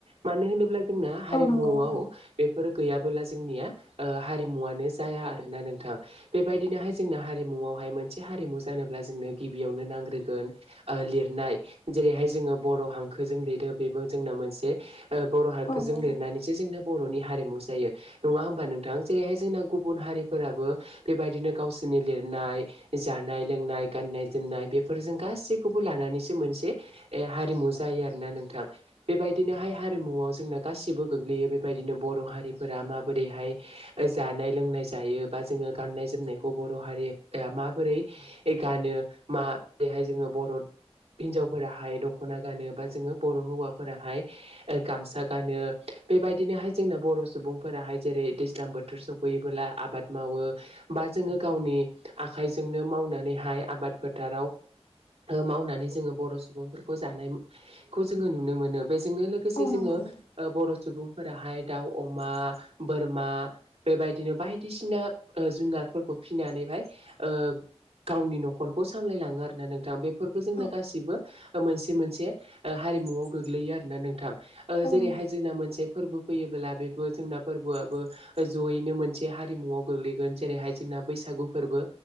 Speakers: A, on the right; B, on the left.
A: मानो होनोब्ला जोंना हारिमुआव
B: औ नंगौ नोंथां
A: बेफोर गैयाबोला जोंनिया ओ हारिमुवनो जाया आरोना नोंथां। बेबायदिनोहाय जोंना हारिमुआवहाय मोनसे हारिमु जानोब्ला जोंनो गिबियावनो नांग्रोगोन ओ लिरनाय जेरैहाय जोङो बर' हांखोजों लिरो बेबो जोंना मोनसे ओ बर' हारिखौ
B: औ नंगौ
A: जों
B: नोंथां
A: लिरनानै से जोंना बर'नि हारिमु जायो। नङा होमबा नोंथां? जेरैहाय जोंना गुबुन हारिफोराबो बेबायदिनो गावसोनि लिरनाय जानाय लोंनाय गाननाय जोमनाय बेफोरजों गासैखौबो लानानैसो मोनसे ए हारिमु जायो आरोना नोंथां। बेबायदिनोहाय हारिमुआव जोंना गासिबो गोग्लैयो। बेबायदिनो बर' हारिफोरा माबोरैहाय जानाय लोंनाय जायो बा जोङो गाननाय जोमनायखौ बर' हारिया माबोरै गानो मा बेहाय जोङो बर' हिनजावफोराहाय दख'ना गानो बा जोङो बर' हौवाफोराहाय ओ गामसा गानो। बेबायदिनोहाय जोंना बर' सुबुंफोराहाय जेरै दैज्लां बोथ थोर सौफैयोबोला आबाद मावो बा जोङो गावनि आखाइजोंनो मावनानैहाय आबाद फोथाराव ओ मावनानै जोङो बर' सुबुंफोरखौ जानायखौ जोङो नुनो मोनो। बेजोंनो लोगो से
B: औ
A: जोङो
B: नंगौ नोंथां
A: ओ बर' सुबुंफोराहाय दाउ अमा बोरमा बेबायदिनो बायदिसिना ओ जुनारफोरखौ फिनानैहाय ओ गावनि न'खरखौ सामलायलाङो आरोना नोंथां। बे फोरबो जोंना
B: औ
A: गासिबो मोनसे मोनसे ओ हारिमुआव गोग्लैयो आरोना नोंथां।
B: औ
A: जेरैहाय
B: नंगौ
A: जोंना मोनसे फोरबो फैयोब्ला बेबो जोंना फोरबोआबो जयैनो मोनसे हारिमुआव गोग्लैगोन जेरैहाय जोंना बैसागु फोरबो।